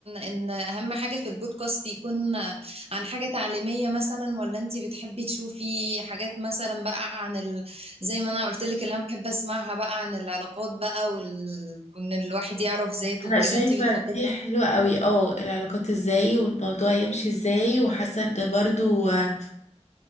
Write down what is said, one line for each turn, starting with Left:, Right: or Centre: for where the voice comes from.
Right: ان اهم حاجة في البودكاست يكون عن حاجة تعليمية مثلا ولا انتي بتحبي تشوفي حاجات مثلا بقى عن ال... زي ما انا قلت لك اللي انا بحب اسمعها بقى عن العلاقات بقى وال... وان الواحد يعرف ذاته
Left: انا
Right: وكده
Left: شايفه
Right: انتي بتفضلي
Left: دي حلوه قوي اه العلاقات ازاي والموضوع يمشي ازاي وحاسه ان برضو آه،